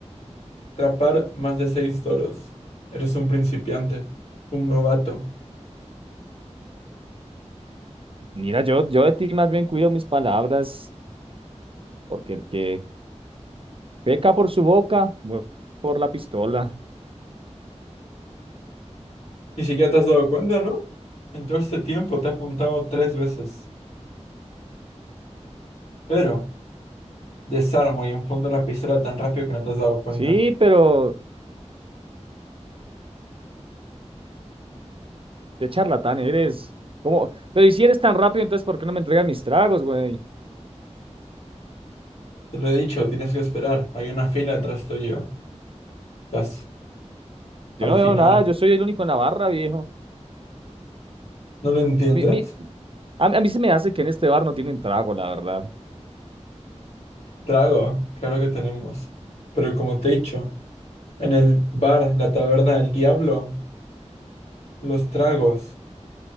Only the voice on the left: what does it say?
atrapar más de seis toros. Eres un principiante, un novato.
Ni siquiera te has dado cuenta, ¿no? En todo este tiempo te he apuntado tres veces, pero desarmo y enfundo la pistola tan rápido que no te has dado cuenta.
Te lo he dicho, tienes que esperar. Hay una fila detrás tuyo. Estás
al
final.
¿No lo entiendes?
Rago, claro que tenemos. Pero como te he dicho, en el bar, la taberna del diablo, Los tragos